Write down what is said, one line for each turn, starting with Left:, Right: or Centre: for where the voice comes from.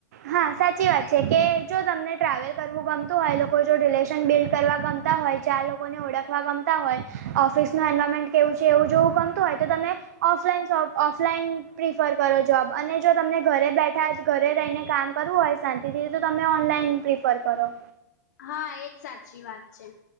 Right: હા સાચી વાત છે કે જો તમને ટ્રાવેલ કરવું ગમતું હોય. એ લોકો જો લેશન ડીલ કરવા ગમતા હોય. ચાર લોકોને ઓળખવા ગમતા હોય. ઓફિસનું એન્વાયરમેન્ટ કેવું છે. એવું જોવું ગમતું હોય તો તમે ઓફલાઈન જોબ ઓફલાઈન પ્રિફર કરો જોબ. અને જો તમને ઘરે બેઠા ઘરે રહીને કામ કરવું હોય શાંતિથી તો તમે ઓનલાઈન પ્રિફર કરો.
Left: હા એ જ સાચી વાત છે.